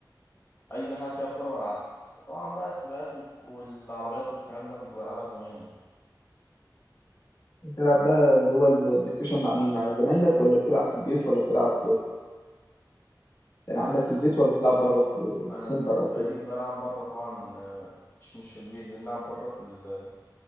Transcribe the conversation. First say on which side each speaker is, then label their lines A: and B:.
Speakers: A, on the left (about 35°); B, on the left (about 55°).
A: اي حاجه فيها كوره بلعبها وطبعا بقى السباقات وال- والعربيات والكلام ده كنت بلعبها زمان يعني
B: بتلعب بقى اللي هو البلاي ستيشن مع مين مع زمايلك ولا بتلعب في البيت ولا بتلعب يعني
A: لا
B: عندك
A: لا
B: في البيت ولا بتلعب بره في
A: انا
B: سنتر
A: بالنسبه
B: او كده
A: لي بلعب بره طبعا آه، مش مش في البيت بنلعب بره في ال-